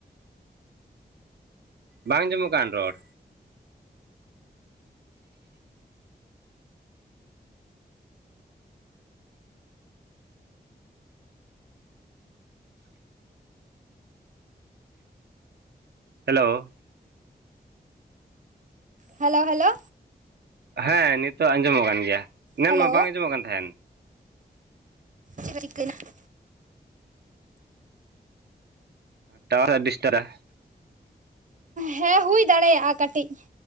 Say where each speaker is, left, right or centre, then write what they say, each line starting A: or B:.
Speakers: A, on the right (about 80°); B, on the right (about 50°).
A: ᱵᱟᱝ ᱟᱸᱡᱢᱚᱜ ᱠᱟᱱ ᱨᱚᱲ ᱦᱮᱞᱳ
B: ᱦᱮᱞᱳ ᱦᱮᱞᱳ
A: ᱦᱮᱸ ᱱᱤᱛᱚᱜ ᱟᱸᱡᱚᱢᱚᱜ ᱠᱟᱱ ᱜᱮᱭᱟ ᱮᱱᱟᱝ
B: ᱦᱮᱞᱳ
A: ᱢᱟ ᱵᱟᱝ ᱟᱸᱡᱚᱢᱚᱜ ᱠᱟᱱ ᱛᱟᱦᱮᱱ
B: <unintelligible>
A: ᱴᱟᱣᱟᱨ ᱟᱹᱰᱤ ᱰᱤᱥᱴᱟᱨᱟ <unintelligible>
B: ᱦᱮᱸ ᱦᱩᱭ ᱫᱟᱲᱮᱭᱟᱜᱼᱟ ᱠᱟᱹᱴᱤᱡ